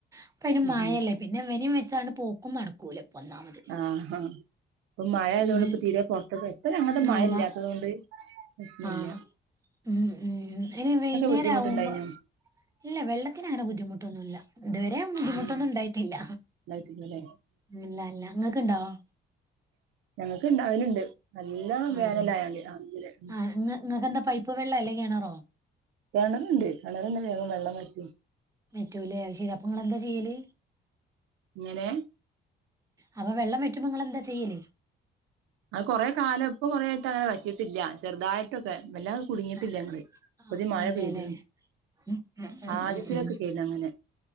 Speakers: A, on the right; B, on the right.
A: അപ്പ അയ്ന്
B: ഉം
A: മഴയല്ലേ പിന്നെ ഇവനേം വെച്ചാണ് പോക്കും നടക്കൂല ഇപ്പൊ ഒന്നാമത്
B: ആ ആ ഇപ്പൊ മഴ ആയതുകൊണ്ട്
A: വെ-
B: ഇപ്പ തീരെ പൊറത്ത ഇപ്പൊ അങ്ങത്തെ മഴ
A: അല്ല
B: ഇല്ലാത്തത് കൊണ്ട് പ്രശ്നില്ല
A: ആഹ് ഉം ഉം ഉ ഇനി വൈന്നേരം
B: ബുദ്ധിമുട്ടുണ്ടായിനോ
A: ആവുമ്പോ ഇല്ല വെള്ളത്തിന് അങ്ങനെ ബുദ്ധിമു ന്നല്ല ഇതുവരെ ബുദ്ധിമുട്ടൊന്നും
B: ഉം
A: ഇണ്ടായിട്ടില്ല
B: ഉണ്ടായിട്ടില്ലല്ലേ
A: ഇല്ല അല്ല ങ്ങക്ക് ഇണ്ടാവൊ
B: ഞങ്ങക്ക് ണ്ടാവലുണ്ട് നല്ലോം
A: ആണല്ലേ
B: വേനലായണ്ട് അതില്
A: ആഹ് ഇങ്ങ ഇങ്ങക്കെന്താ പൈപ്പ് വെള്ളം അല്ലെ കെണറോ
B: കിണറുണ്ട് കിണറ്ന്ന വേഗം വെള്ളംവറ്റും
A: വ റ്റൂല്ലേ ശരി അപ്പൊ ഇങ്ങ എന്താ ചെയ്യല്
B: ഇങ്ങനെ
A: അപ്പൊ വെള്ളം വറ്റുമ്പോ ഇങ്ങളെന്താ ചെയ്യല്
B: അത് കൊറെ കാലം ഇപ്പൊ കൊറെ ആയിട്ട് അങ്ങനെ വറ്റിയിട്ടില്ല ചെറുതായിട്ടൊക്കെ വല്ലാത കുടുങ്ങിട്ടില്ല
A: ആ
B: ങ്ങള്ൾ
A: ആഹ്
B: പുതി മഴ
A: അതെല്ലേ
B: പെയ്ത്
A: ഉം ഉം
B: ആദ്യത്തിലൊക്കെ
A: ഉം ഉം
B: കെനി അങ്ങനെ